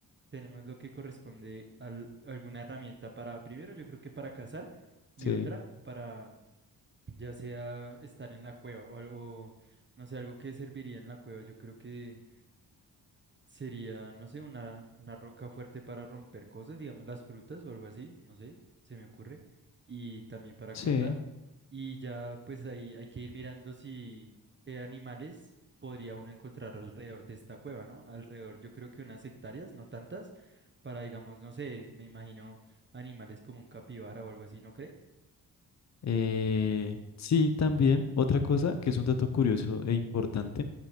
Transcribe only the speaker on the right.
tenemos lo que corresponde a alguna herramienta para, primero, yo creo que para cazar y
otra para ya sea estar en la cueva o algo, no sé, algo que serviría en la cueva. Yo creo que... Sería, no sé, una, una roca fuerte para romper cosas, digamos las frutas o algo así, no sé, se me ocurre. Y también para
cortar. Y ya pues ahí hay que ir mirando si qué animales podría uno encontrar alrededor de esta cueva, ¿no? Alrededor yo creo que unas hectáreas, no tantas, para digamos, no sé, me imagino animales como un capibara o algo así, ¿no cree?